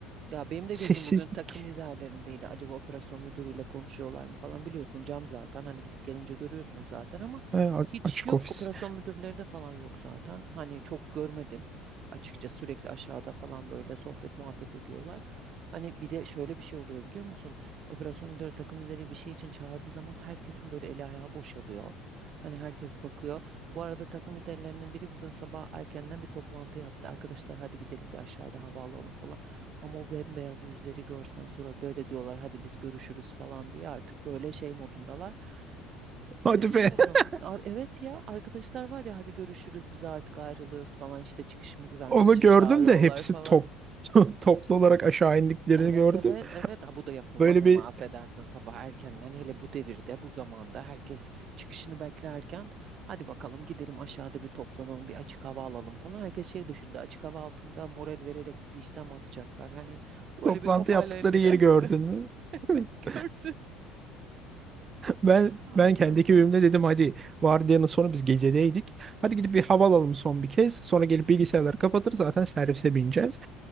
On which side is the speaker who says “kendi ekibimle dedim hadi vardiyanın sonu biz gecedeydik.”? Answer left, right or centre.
Right